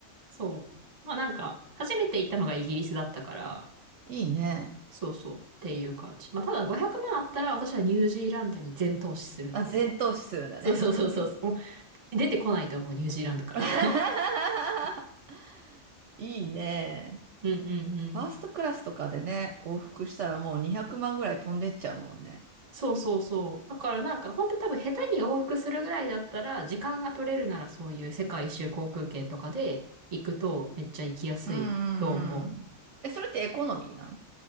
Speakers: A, on the right (about 35°); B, on the right (about 70°).
A: そう。まあなんか、初めて行ったのがイギリスだったから、
B: ー、いいね。
A: そうそう。っていう感じ。まあ、ただ500万あったら私はニュージーランドに全投資するっていう。
B: あ、全投資するんだね。
A: そうそうそうそうそう。もう出てこないと思う、ニュージーランドから。
B: <laughs>
A: <laughs>
B: いいね。
A: うんうんうん。
B: ファーストクラスとかでね、往復したらもう200万ぐらい飛んでっちゃうもんね。
A: そうそうそう。だからなんか本当多分下手に往復するぐらいだったら、時間が取れるならそういう世界一周航空券とかで行くとめっちゃ行きやすいと思う。
B: うんうんうん。え、それってエコノミーなの